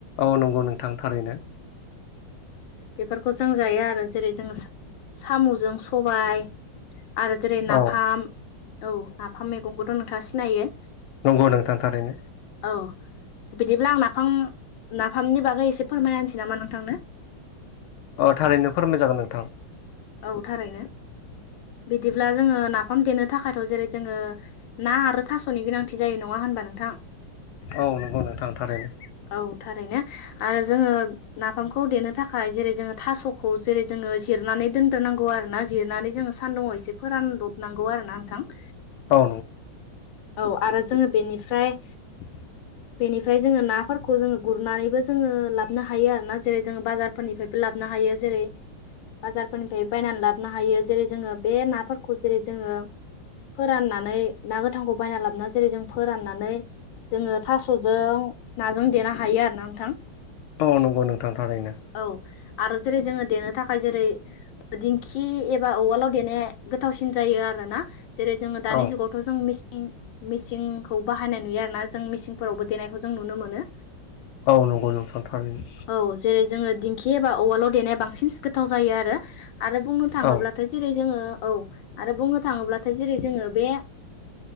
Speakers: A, on the left; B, on the left.
A: औ नंगौ नोंथां थारैनो।
B: बेफोरखौ जों जायो आरो। जेरै जोंङो साम'जों सबाय आरो जेरै नाफाम
A: औ
B: औ नाफाम मैगंखौथ' नोंथांङा सिनायो।
A: नंगौ नोंथांथारैनो।
B: औ बिदिब्ला आं नाफाम नाफामनि बागै एसे फोरमायना होनसै नामा नोंथांनो।
A: अ थारैनो फोरमाय जागोन नोंथां।
B: औ थारैनो। बिदिब्ला जोंङो नाफाम देनो थाखायथ' जेरै जोंङो ना आरो थास'नि गोनांथि जायो नंङा होनबा नोंथां
A: औ नंगौ नोंथां थारैनो
B: औ थारैनो। आरो जोंङो नाफामखौ देनो थाखाय जेरै जोंङो थास'खौ जेरै जोंङो जिरनानै दोन नांगौ आरो ना जिरनानै जोंङो सानदुुंङाव एसे फोरानलबनांगौ आरो ना नोंथां।
A: औ।
B: औ आरो जोंङो बेनिफ्राय
A: <inaudible>
B: बेनिफ्राय जोङो नाफोरखौ जोङो गुरनानैबो जोङो लाबनो हायो आरोना जेरै जोङो बाजार फोरनिफ्रायबो लाबोनो हायो जेरै फोरनिफ्राय बायनानै लाबोनो हायो जेरै जोङो बे नाफोरखौ जेरै जोङो फोराननानै ना गोथांखौ बायना लाबोन जेरै जों फोराननानै जोङो थास'जों नाजों देनो हायो आरो ना नोंथां
A: औ नंगौ नोंथां थारैनो
B: औ आरो जेरै जोङो देनो थाखाय जेरै दिंखि एबा उवालाव देनाया गोथावसिन जायो आरोना जेरै जोङो दानि
A: औ
B: जुगाव थ' जों मेसिन मिसिंखौ बाहायनाय नुयो आरो ना जों मेसिनफोरावबो देनायखौ जों नुनो मोनो
A: औ नंगौ नोंथां थारैनो
B: औ जेरै जोङो दिंखि एबा उवालाव देनाया बांसिन गोथाव जायो आरो आरो बुंनो थाङोब्लाथाय
A: औ
B: जेरै जोङो औ आरो बुंनो थाङोब्लाथाय जेरै जोङो बे